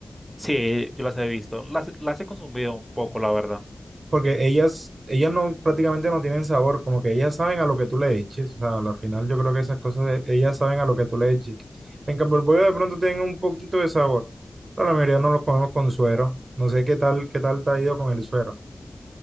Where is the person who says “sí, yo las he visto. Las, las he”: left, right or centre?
Right